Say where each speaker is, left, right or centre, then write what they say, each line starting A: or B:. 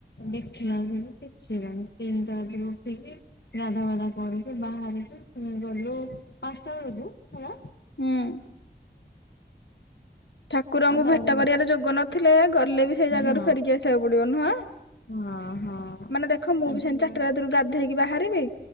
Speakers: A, on the left; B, on the left.
A: ଦେଖିଲା ଆଗକୁ କିଛି ହେଲାନି ତିନିଟା ରାତିରୁ ଉଠିକି ଗାଧା ବାଧା କରିକୀ ବାହାରିଲୁ ଗଲୁ ପାଞ୍ଚଟା ବେଳକୁ ହେଲା <unintelligible>
B: ହୁଁ। ଠାକୁରଙ୍କୁ
A: ଆଉ ତାପରେ
B: ଭେଟ କରିବାର ଯୋଗ ନଥିଲେ ଗଲେ ବି ସେଇ ଜାଗାରୁ
A: ହଁ
B: ଫେରିକି ଆସିବାକୁ ପଡିବ ନୁଁହ।
A: ହଁ ହଁ
B: ମାନେ ଦେଖ ମୁଁ
A: ଆଜି
B: ବି ସେମିତି ଚାରି
A: ହଁ
B: ଟା ରାତି ରୁ ଗାଧେଇକି ବାହାରିବି